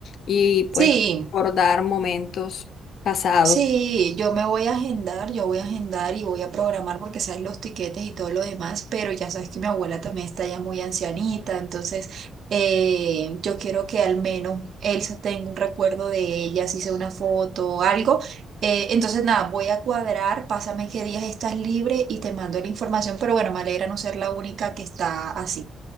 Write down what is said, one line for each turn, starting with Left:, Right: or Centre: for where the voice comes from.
Left: y pues
Right: sí,
Left: recordar momentos pasados.
Right: Sí, yo me voy a agendar, yo voy a agendar y voy a programar porque saben los tiquetes y todo lo demás, pero ya sabes que mi abuela también está ya muy ancianita, entonces eh, yo quiero que al menos él se tenga un recuerdo de ella, si sea una foto o algo. Eh, entonces nada, voy a cuadrar, pásame qué días estás libre y te mando la información, pero bueno, me alegra no ser la única que está así.